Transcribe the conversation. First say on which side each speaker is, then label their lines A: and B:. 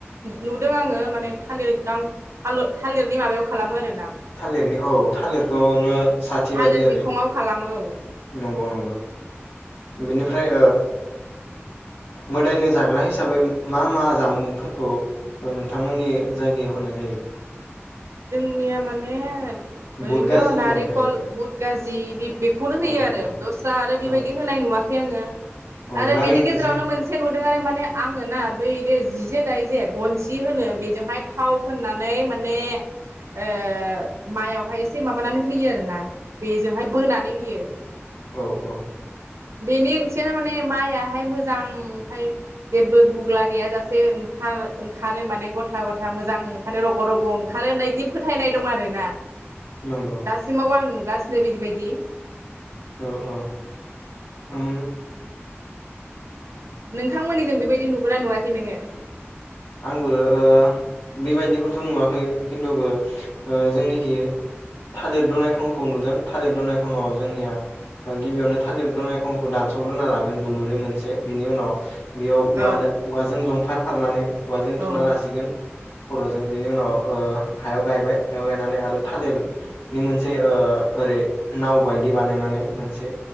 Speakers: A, on the right; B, on the left.
A: नुदों आङो माने थालिर आं थालिरनि माबायाव खालामो आरोना
B: थालिरनि औ थालिरखौनो साथि
A: थालिर
B: बायदि आरो
A: बिखङाव खालामो औ
B: नंगौ नंगौ बिनिफ्राय ओ मोदायनो जाग्रा हिसाबै मा मा जामुंफोरखौ नोंथांमोननि जायगायाव होनाय जायो?
A: जोंनिया माने ओरैनोथ'
B: बुट गाजिनि
A: नारेेखल
B: अनगायै
A: बुद गाजि बि बेखौनो होयो
B: औ
A: आरो
B: औ
A: दस्रा आरो बेबायदि
B: औ
A: होनाय नुवा खै आङो
B: औ
A: आरो
B: नारें
A: बेनि गेजेरावनो
B: जों
A: मोनसे न दों आरो माने आङो ना बै जि जे दाय जे गनसि होनो बेजोंहाय थाव फोननानै माने ओ माइआवहाय एसे माबानानै होयो आरोना बेजोंहाय बोनानै होयो।
B: औ औ
A: बेनि ओंथियानो माने माइआहाय मोजांहाय जेबो गुग्ला गैयाजासे ओंखार ओंखारो माने गथा गथा मोजां ओंखारनो रग' रग' ओंखारो होननाय बिदि फोथायनाय दं आरोना
B: नंगौ
A: दासिमाव आं नु गा बिदि बायदि
B: औ औ ओम
A: नोंथांमोननि जों बेबायदि नुबोगोनना नुवाखै नोङो
B: आंबो ओ बेबायदिखौथ' नुवाखै खिन्थुबो जोंनिखि थालिर दनायखंखौ नुदों थालिर दनायखंआव जोंनिया गिबियावनो थालिर दनायखंखौ दानस'ग्रोना लागोन दुलुरै मोनसे बिनि उनाव बेयाव औवानो
A: औ
B: औवाजों जंफार फारनानै औवाजों
A: औ
B: थुना लासिगोन खर'जों बिनि उनाव ओ हायाव गायबाय हायाव गायनानै आरो थालिरनि मोनसे ओ ओरै नाव बायदि बानायनानै मोनसे